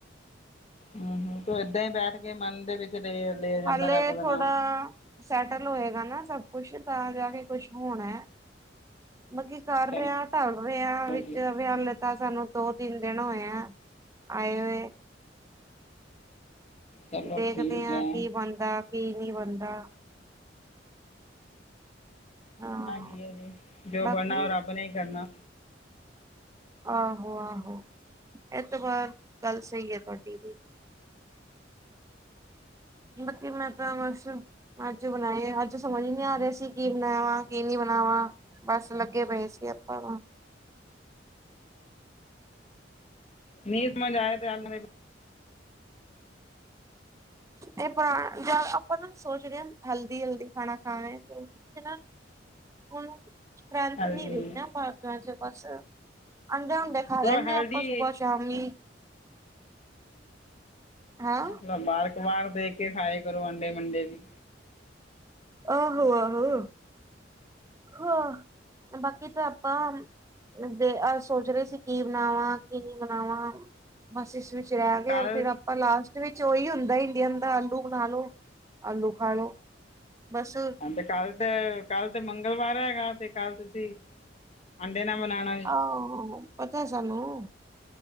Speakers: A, on the left (about 35°); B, on the right (about 15°).
A: ਹਮ ਹਮ ਤੂੰ ਏਦਾਂ ਹੀ ਬੈਠ ਕੇ ਮਨ ਦੇ ਵਿੱਚ ਲ ਲਿਆ ਜਾਂਦਾ
B: ਹਾਲੇ
A: ਰੱਬ ਦਾ
B: ਥੋੜਾ
A: ਨਾਮ
B: ਸੈਟਲ ਹੋਏਗਾ ਨਾ ਸਭ ਕੁੱਛ ਤਾਂ ਜਾ ਕੇ ਕੁਛ ਹੋਣਾ ਹੈ ਮਬੀ ਕਰ
A: ਚਲੋ
B: ਰਿਹਾ ਢਲ ਰਿਹਾ ਵਿੱਚ
A: ਜੀ
B: ਵਿ ਹ ਲਤਾ ਸਾਨੂੰ ਦੋ ਤਿੰਨ ਦਿਨ ਹੋਇਆ ਆਏ
A: ਚਲੋ
B: ਦੇਖਦੇ
A: ਠੀਕ
B: ਹਾਂ
A: ਹੈ
B: ਕੀ ਬਣਦਾ ਕੀ ਨਹੀਂ ਬਣਦਾ ਹਾਂ
A: ਬਣਨਾ ਕੀ ਹੈ ਜੀ ਜੋ
B: ਬਾਕੀ
A: ਬਣਨਾ ਉਹ ਰੱਬ ਨੇ ਹੀ ਕਰਨਾ
B: ਆਹੋ ਆਹੋ ਇਹ ਤੋਂ ਬਾਅਦ ਗੱਲ ਸਹੀ ਹੈ ਤੁਹਾਡੀ ਵੀ ਬਾਕੀ ਮੈਂ ਤਾਂ ਬੱਸ ਅੱਜ ਬਣਾਏ ਅੱਜ ਸਮਝ ਹੀ ਨਹੀਂ ਆ ਰਿਹਾ ਸੀ। ਕੀ ਬਣਾਵਾ ਕਿ ਨੀ ਬਣਾਵਾਂ ਬਸ ਲੱਗੇ ਪਏ ਸੀ ਆਪਾਂ
A: ਨੀ ਮਨ ਆਏ ਤੇ ਅਲਮ
B: ਇਹ ਪੁਰਾ ਜਾਂ ਆਪਾਂ ਨਾ ਸੋਚ ਰਹੇ ਹਾਂ ਹੈਲਦੀ ਹੈਲਦੀ ਖਾਣਾ ਖਾਵੇ ਨਾ ਹੋਰ ਸਟਰ੍ਰੈਂਥ
A: ਹੈਲਦੀ
B: ਨੀ ਰਹੀ ਨਾ ਪਾਸਤਾ ਚ ਬਸ ਅਡੇ ਹੁਦੇ ਖਾ
A: ਉਹ
B: ਲੈਂਦੇ
A: ਹੈਲਦੀ
B: ਹਾਂ ਆਪਾਂ ਸੁਬਹ ਸ਼ਾਮੀ ਹੈਂ।
A: ਨਾ ਵਾਰ ਕ ਵਾਰ ਦੇਖ ਕੇ ਖਾਏ ਕਰੋ ਅੰਡੇ ਮੰਡੇ ਵੀ
B: ਆਹਹੋ ਆਹੋ ਹ ਬਾਕੀ ਤਾਂ ਆਪਾ ਜ ਅਜ ਸੋਚ ਰਹੇ ਸੀ ਕੀ ਬਣਾਵਾਂ ਕੀ ਨਹੀਂ ਬਣਾਵਾਂ। ਬਸ ਇਸ ਵਿੱਚ ਰਹਿ ਗਏ
A: ਕੱਲ
B: ਫਿਰ ਆਪ ਪਰ ਲਾਸਟ ਵਿੱਚ ਉਹੀ ਹੁੰਦਾ ਇੰਡੀਅਨ ਦਾ ਆਲੂ ਬਣਾ ਲਓ ਆਲੂ ਖਾ ਲਓ। ਬਸ
A: ਤੇ ਕੱਲ ਤੇ ਕੱਲ ਤੇ ਮੰਗਲਵਾਰ ਹੈਗਾ ਤੇ ਕੱਲ ਤੁਸੀਂ ਅੰਡੇ ਨ ਬਨਾਣਾ
B: ਆਹੋ ਪਤਾ ਸਾਨੂੰ